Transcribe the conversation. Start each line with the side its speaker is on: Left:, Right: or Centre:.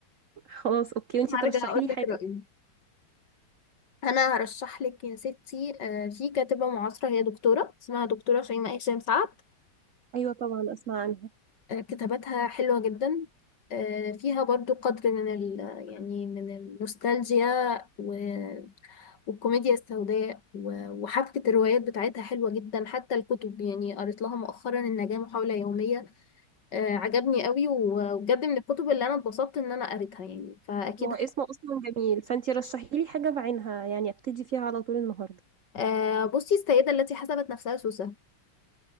Right: خلاص اوكي وانت
Left: <laughs> هرجع
Right: ترشحي
Left: اقول
Right: لي
Left: لك
Right: حاجه
Left: رأيي انا هرشح لك يا ستي آه، في كاتبة معاصرة هي دكتورة اسمها دكتورة شيماء هشام سعد
Right: ايوه طبعا اسمع عنها
Left: آه، كتاباتها حلوة جدا آه، فيها برضو قدر من ال يعني من النوستالجيا و- والكوميديا السوداء و- وحبكة الروايات بتاعتها حلوة جدا حتى الكتب يعني قريت لها مؤخرا النجاة محاولة يومية آه، عجبني قوي و- وبجد من الكتب اللي أنا اتبسطت إن أنا قريتها يعني فأكيد
Right: هو اسمه اصلا جميل فانت رشحي لي حاجه بعينها يعني ابتدي فيها على طول النهارده
Left: آه، بصي السيدة التي حسبت نفسها سوسة